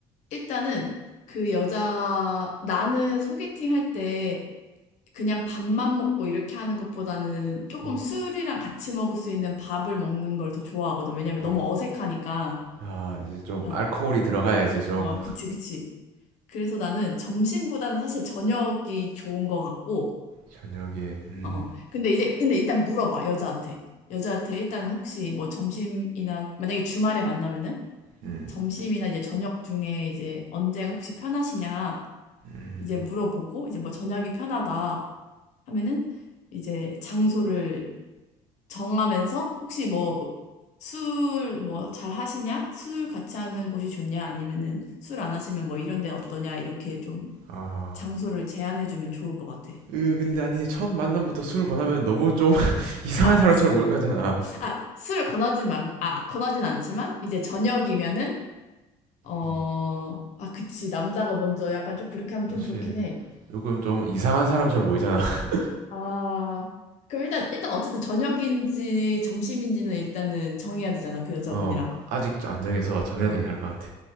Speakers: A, on the left (about 60°); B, on the right (about 85°).
A: 일단은 그 여자, 나는 소개팅 할때 그냥 밥만 먹고 이렇게 하는 것보다는 조금
B: 음.
A: 술이랑 같이 먹을 수 있는 밥을 먹는 걸 더 좋아하거든. 왜냐면
B: 아,
A: 너무 어색하니까.
B: 아, 이제 좀
A: 어,
B: 알코올이 들어가야 이제 좀
A: 어, 그치, 그치. 그래서 나는 점심보다는 사실 저녁이 좋은 것 같고,
B: 저녁에 음.
A: 어, 어. 근데 이제, 근데 일단 물어봐, 여자한테. 여자한테 일단 혹시 뭐 점심이나, 만약에 주말에 만나면은
B: 음.
A: 점심이나 이제 저녁 중에 이제 언제가 혹시 편하시냐,
B: 음.
A: 이제 물어보고, 이제 뭐 저녁이 편하다 하면은 이제 장소를 정하면서 혹시 뭐 술 뭐 잘 하시냐? 술 같이 하는 곳이 좋냐? 아니면은 술 안 하시면 뭐 이런 데 어떠냐? 이렇게 좀
B: 아.
A: 장소를 제안해 주면 좋을 것 같아.
B: 으 근데 아니 처음 만남부터 술 권하면 너무 좀 <laughs> 이상한
A: 아,
B: 사람처럼
A: 수,
B: 몰까잖아.
A: 아, 술을 권하진 말, 아, 권하진 않지만 이제 저녁이면은 어,
B: 음,
A: 아, 그치. 남자가 먼저 약간 좀 그렇게 하면
B: 그렇지.
A: 좀 그렇긴 해.
B: 요금 좀 이상한 사람처럼 보이잖아. <laughs>
A: 아, 그럼 일단 일단 어쨌든 저녁인지 점심인지는 일단은 정해야 되잖아. 그 여자분이랑.
B: 어 아직 좀 안정해서 정해야
A: 어.
B: 되긴 할 것 같아.